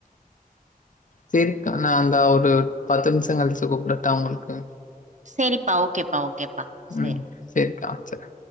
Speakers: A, on the left; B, on the right.
A: செரிக்கா நான் இந்த ஒரு பத்து நிமிஷம் கழிச்சு குபடட்ட உங்களுக்கு
B: செரிப்பா ஓகேப்பா ஓகேப்பா செரி
A: ம் சரிக்கா வச்சறே